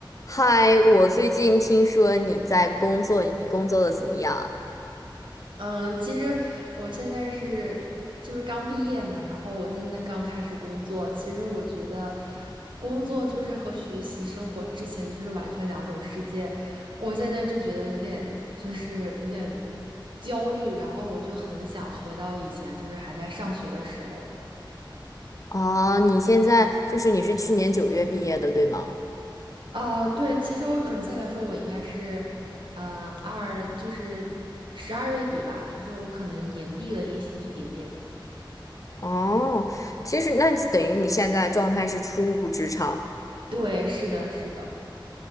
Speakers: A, on the left (about 40°); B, on the right (about 75°).
A: 嗨，我最近听说你在工作，你工作的怎么样？
B: 嗯，其实我现在是就是刚毕业嘛，然后我现在刚开始工作。其实我觉得工作就是和学习生活之前就是完全两种世界。我现在就觉得有点就是有点焦虑，然后我就很想回到以前就是还在上学的时候。
A: 哦，你现在就是你是去年九月毕业的，对吗？
B: 啊、对，其实我准确来说，我应该是，嗯、二就是十二月底吧，就是我可能延毕了一一点点。
A: 哦，其实那等于你现在状态是初入职场，
B: 对，是的，是的。